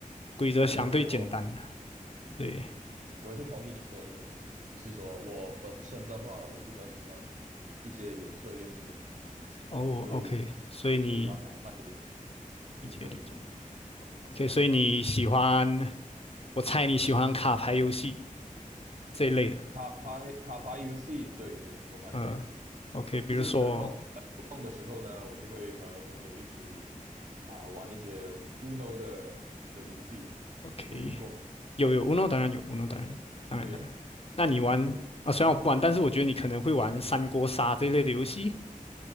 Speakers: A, on the left; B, on the right.
A: 规则相对简单。
B: 对对对，我
A: 对，
B: 我也是同意你说的东西，只是说我本身的话，我比较喜欢一些有策略性的东西，
A: 哦，OK，
B: 会
A: 所以你
B: 就是让脑袋
A: 理解理解
B: 运动一下。
A: ，OK，所以你喜欢，我猜你喜欢卡牌游戏这一类的，
B: 卡牌卡牌游戏，对对，我蛮喜欢的。
A: 呃，OK，比如说
B: 就是得空呃有空的时候呢，我就会和朋友一起啊、玩一些 Uno 的的游戏，
A: ，OK，
B: 你有听过吗？
A: 有有，Uno 当然有，Uno 当然有，当然当然。
B: 对呀、
A: 那你玩啊？
B: 还有可
A: 虽然我不玩，但是我觉得你可能会玩三国杀这一类的游戏。